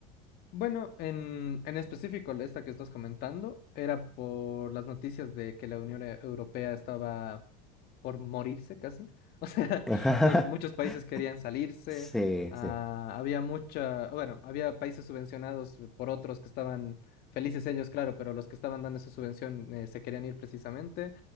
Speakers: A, on the left (about 50°); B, in the centre.
A: Bueno, en, en específico, la- esta que estás comentando era por las noticias de que la Unión E- Europea estaba por morirse casi. <laughs> O sea,
B: <laughs>
A: los, muchos países querían salirse.
B: Sí,
A: ah,
B: sí.
A: había mucha, bueno, había países subvencionados por otros que estaban felices ellos, claro, pero los que estaban dando esa subvención eh, se querían ir precisamente.